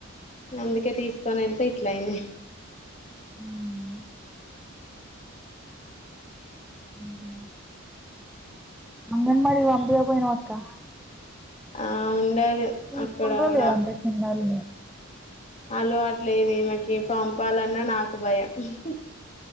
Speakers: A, on the left (about 35°); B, in the centre.
A: అందుకే తీసుకొని వెళ్తే ఇట్లా అయింది.
B: మ్ మ్ హ్ అంగన్వాడీ కి పంపీయకపోయినావా అక్కా
A: ఆ ఉండదు
B: తీసుకుంటారో
A: అక్కడ కూడా
B: లేదో అంత చిన్నోళ్ళని.
A: వాళ్ళు అట్లేదు ఈమెకి పంపాలన్నా నాకు భయం. హ్ హి